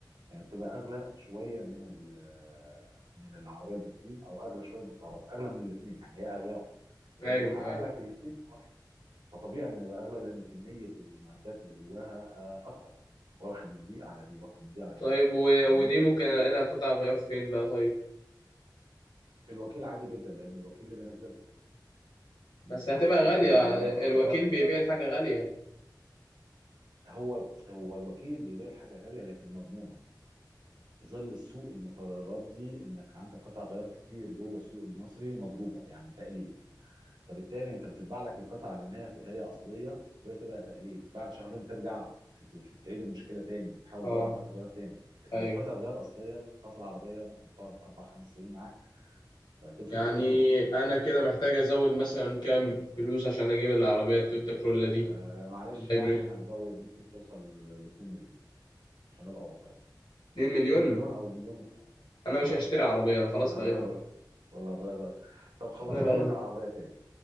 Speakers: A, on the right (about 75°); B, on the left (about 70°).
A: يعني بتبقى اغلى شويه من ال- من العربيه البنزين او اغلى شويه من الكهرباء اغلى من الاثنين يعني هي اغلاهم
B: ايوه
A: لانه بيحقق
B: ايوه
A: لك الاثنين فطبيعي انه يبقى اغلى لان كميه المعدات اللي جواها آه، اكتر واخد من دي على دي واخد من دي على دي
B: طيب و...
A: فاهمني
B: ودي ممكن الاقي لها قطع غيار فين بقى طيب
A: في الوكيل عادي جدا لان الوكيل اللي بينزلها
B: بس
A: وحتى
B: هتبقى غالية
A: لو قطع لان قطع
B: الوكيل
A: الغرب
B: بيبيع الحاجة غالية
A: هو هو الوكيل بيبيع الحاجه غاليه لكن مضمونه في ظل السوق المتردي انك عندك قطع غيار كتير جوه السوق المصري مضروبه يعني تقليد فبالتالي انت بتطبع لك القطعه على ان هي هي اصليه وهي تبقى تقليد بعد شهرين ترجع ت- ت- تعيد المشكله تاني وتحاول
B: اه
A: تدور على قطعه غيار تاني لكن
B: ايوه
A: لو قطعه غيار اصليه بتحطها في العربيه ممكن تقعد اربع خمس سنين معاك فهتفرق
B: يعني
A: كتير
B: انا
A: يعني
B: كده
A: يعني
B: محتاج ازود مثلا كام فلوس عشان اجيب العربية التويوتا كرولا دي
A: آه معلش
B: الهايبريد
A: يعني هنزود ممكن توصل ل 2 مليون عشان ابقى واقعي
B: 2
A: 2 مليون
B: مليون
A: او مليون و900
B: انا مش
A: اه
B: هشتري عربية انا خلاص
A: ولا
B: لغيت
A: هتغير
B: الفكرة
A: ولا هتغير طب خلاص
B: انا لغيت
A: هقول لك على عربيه تاني